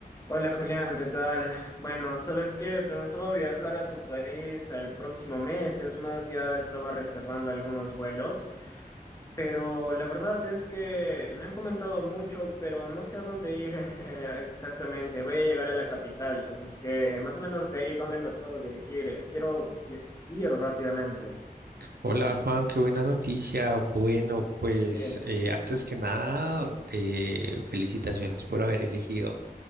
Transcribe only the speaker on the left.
Hola Julián, ¿qué tal? Bueno, ¿sabes qué? Pensaba viajar a tu país el próximo mes, es más, ya estaba reservando algunos vuelos, pero la verdad es que me han comentado mucho, pero no sé a dónde ir <laughs> eh, exactamente. Voy a llegar a la capital, así es que más o menos de ahí, ¿dónde me puedo dirigir? Eh, Quiero i- ir rápidamente.
Eh,